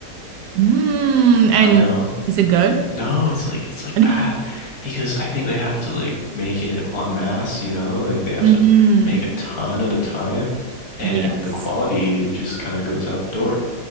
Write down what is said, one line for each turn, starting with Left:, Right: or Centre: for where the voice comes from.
Right: Mm, and
Left: I know.
Right: is it good?
Left: No, it's like it's like
Right: <laughs>
Left: bad because I think they have to like make it en masse, you know, like they have
Right: hmm
Left: to make a ton at a time and
Right: Yes.
Left: the quality just kind of goes out the door.